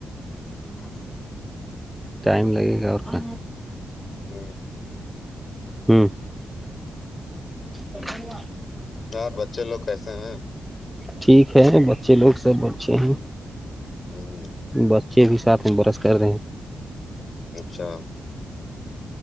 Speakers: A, on the left; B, in the centre.
A: <inaudible>
B: ٹائم لگے گا اور کہ
A: ہ
B: ہوں ب ہوا
A: یار بچے لوگ کیسے ہیں
B: ٹھیک ہے بچے لوگ سب اچھے ہیں
A: ہوں
B: بچے بھی ساتھ میں برس کر رہے ہیں
A: اچھا